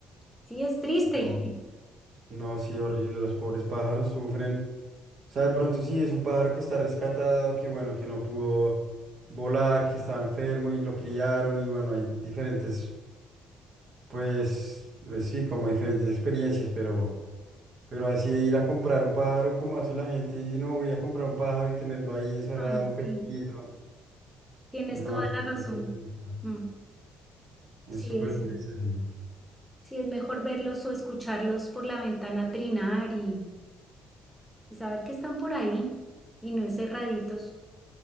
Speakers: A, in the centre; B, on the right.
A: sí, es triste.
B: No,
A: <laughs>
B: no, sí, horrible, los pobres pájaros sufren. O sea, de pronto sí, es un pájaro que está rescatado, que bueno, que no pudo volar, que estaba enfermo y lo criaron y bueno, hay diferentes, pues, eh, sí, como diferentes experiencias, pero... Pero así de ir a comprar un pájaro como hace la gente y no voy a comprar un pájaro y tenerlo ahí encerrado
A: Ay,
B: un poquito.
A: sí, tienes
B: No,
A: toda
B: es
A: la razón.
B: súper triste.
A: Mm,
B: Es
A: sí,
B: súper
A: ahí sí.
B: triste, sí.
A: Sí, es mejor verlos o escucharlos por la ventana trinar y, y saber que están por ahí y no encerraditos.